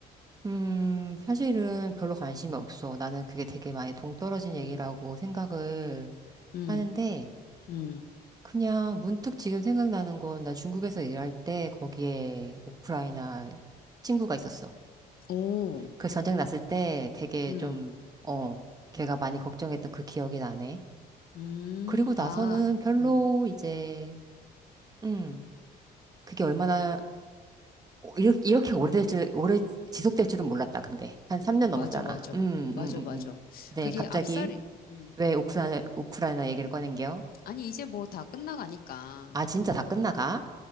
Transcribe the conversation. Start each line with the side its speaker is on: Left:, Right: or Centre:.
Right: 음, 사실은 별로 관심이
Left: 음,
Right: 없어. 나는 그게 되게 많이 동떨어진
Left: 음,
Right: 얘기라고 생각을
Left: 음,
Right: 하는데,
Left: 음,
Right: 그냥 문득 지금 생각나는 건 나 중국에서 일할 때 거기에 우크라이나 친구가 있었어.
Left: 오,
Right: 그 전쟁 났을 때 되게
Left: 음,
Right: 좀, 어, 걔가 많이 걱정했던 그 기억이 나네.
Left: 음,
Right: 그리고 나서는
Left: 아,
Right: 별로
Left: 음,
Right: 이제, 음, 그게 얼마나 오, 이렇게, 이렇게 오래될 줄, 오래 지속될 줄은 몰랐다, 근데. 한 3년 넘었잖아.
Left: 맞아, 맞아,
Right: 음,
Left: 맞아,
Right: 음, 음,
Left: 맞아.
Right: 음. 네,
Left: 그게
Right: 갑자기
Left: 앞살이, 음,
Right: 왜 우크라이나, 우크라이나 얘기를 꺼낸겨?
Left: 아니, 이제 뭐 다 끝나가니까.
Right: 아, 진짜 다 끝나가?